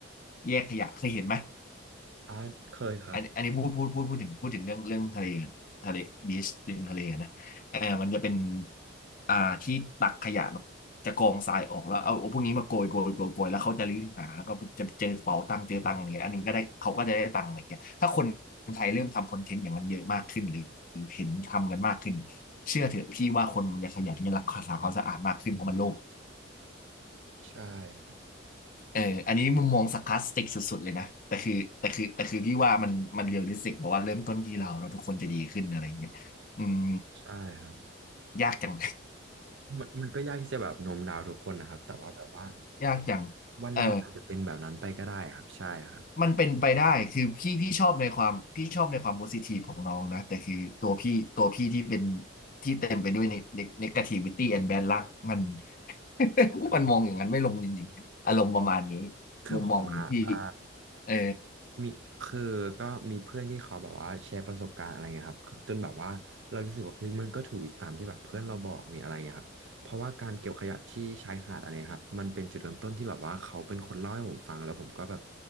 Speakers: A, on the left; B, on the right.
A: แยกขยะเคยเห็นไหม
B: อ่าเคยครับ
A: อันอันนี้พูดพูดพูดพูดถึงพูดถึงเรื่องเรื่องทะเลกันทะเลบีชริมทะเลนะเออมันจะเป็นอ่าที่ตักขยะแบบจะกองทรายออกแล้วเอาเอาพวกนี้มาโกยโกยโกยโกยแล้วเขาจะรื้อหาแล้วก็จะเจอเป๋าตังค์เจอตังค์อะไรเงี้ยอันนี้ก็ได้เขาก็จะได้ตังค์อะไรเงี้ยถ้าคนไทยเริ่มทำคอนเทนต์อย่างนั้นเยอะมากขึ้นหรือหรือเห็นทำกันมากขึ้นเชื่อเถอะพี่ว่าคนมันจะขยันและรักษาความสะอาดมากขึ้นเพราะมันโลภ
B: ใช่ครับ
A: เอออันนี้มุมมอง sarcastic สุดๆเลยนะแต่คือแต่คือแต่คือพี่ว่ามันมันเรียลลิสติกบอกว่าเริ่มต้นที่เราเราทุกคนจะดีขึ้นอะไรอย่างเงี้ยอืม
B: ใช่ครับ
A: ยากจัง
B: มันมันก็ยากที่จะแบบโน้มน้าวทุกคนนะครับแต่ว่าแบบว่า
A: <laughs> ยากจัง
B: วันหนึ่งมันอาจจะเป็นแบบนั้นไปก็ได้ครับใช่ครับ
A: เออมันเป็นไปได้คือพี่พี่ชอบในความพี่ชอบในความโพซิทีฟของน้องนะแต่คือตัวพี่ตัวพี่ที่เป็นที่เต็มไปด้วยในในกาทีวิตี้แอนด์แบดลักมัน <laughs> มันมองอย่างนั้นไม่ลงจริงๆอารมณ์ประมาณนี้
B: คือผมอะอ่า
A: มุมมองของพี่เออ
B: มีคือก็มีเพื่อนที่เขาแบบว่าแชร์ประสบการณ์อะไรเงี้ยครับจนแบบว่าเรารู้สึกว่าเฮ้ยมันก็ถูกตามที่แบบเพื่อนเราบอกนี่อะไรเงี้ยครับเพราะว่าการเก็บขยะที่ชายหาดอะไรครับมันเป็นจุดเริ่มต้นที่แบบว่าเขาเป็นคนเล่าให้ผมฟังแล้วผมก็แบบ